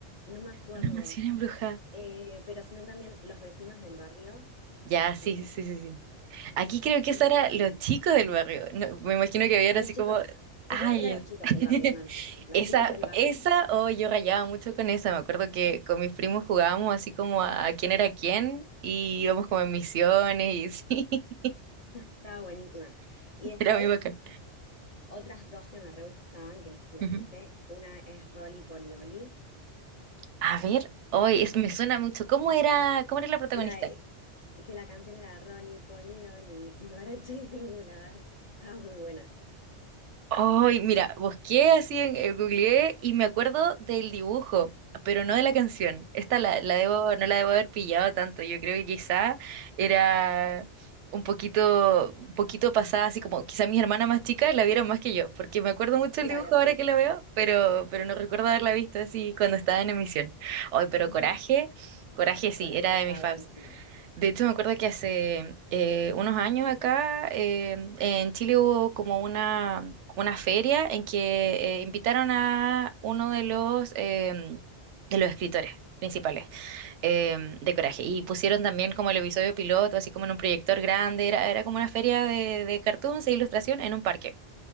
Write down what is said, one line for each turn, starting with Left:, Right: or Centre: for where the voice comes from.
Left: no me acuerdo.
Right: Una mansión embrujada.
Left: Eh, pero sino también los vecinos del barrio,
Right: Ya,
Left: esa estaba
Right: sí,
Left: muy
Right: sí, sí,
Left: buena.
Right: sí. sí. Aquí creo que
Left: Y
Right: esa era Los Chicos del Barrio. No, me imagino que habían
Left: los
Right: así
Left: chicos,
Right: como...
Left: sí,
Right: Ay,
Left: creo que eran
Right: es-
Left: los chicos
Right: <laughs>
Left: del barrio, no los vecinos, los
Right: esa,
Left: chicos del barrio.
Right: esa, oh, yo rayaba mucho con esa. Me acuerdo que con mis primos jugábamos así como a, a quién era quién y íbamos como en misiones y sí, <laughs>
Left: Estaba buenísima. Y después,
Right: era muy bacán.
Left: otras dos que me re gustaban, que no sé si las
Right: Ujú.
Left: viste. Una es Rolly Polioli
Right: A ver, hoy es me suena mucho. ¿Cómo era, cómo era la protagonista?
Left: La, eh, que la canción era Rolly Polly Oli, <laughs> vivaracha y singular. Estaba muy buena.
Right: Ay, mira, busqué así en eh, googleé y me acuerdo del dibujo, pero no de la canción. Esta la, la debo, no la debo haber pillado tanto. Yo creo que quizá era un poquito, un poquito pasada, así como quizá mis hermanas más chicas la vieron más que yo, porque me acuerdo mucho
Left: Claro,
Right: del dibujo ahora
Left: sí.
Right: que lo veo, pero, pero no recuerdo haberla visto así cuando estaba en emisión. Ay, pero
Left: <laughs>
Right: Coraje, Coraje sí,
Left: Coraje
Right: era
Left: estaba
Right: de mis faves.
Left: buenísima.
Right: De hecho, me acuerdo que hace eh, unos años acá em, en Chile hubo como una, una feria en que eh, invitaron a uno de los, em, de los escritores principales em, de Coraje y pusieron también como el episodio piloto, así como en un proyector grande, era, era como una feria de, de cartoons e ilustración en un parque.